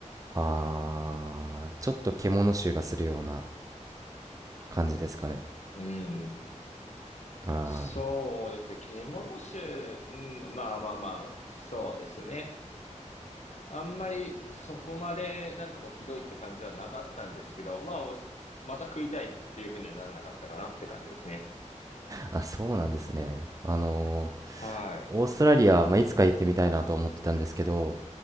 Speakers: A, on the right; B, on the left.
A: あ、ああ、ちょっと獣臭がするような感じですかね。
B: うん。
A: ああ。
B: そうですね。獣種、うん、まあまあまあ、そうですね。あんまりそこまでなんかこう、ひどいって感じはなかったんですけど、まあ、おまた食いたいっていうふうにはならなかったかなって感じですね。
A: あ、そうなんですね。あのーオーストラリア、
B: はい。
A: まあ、いつか行ってみたいなと思ってたんですけど、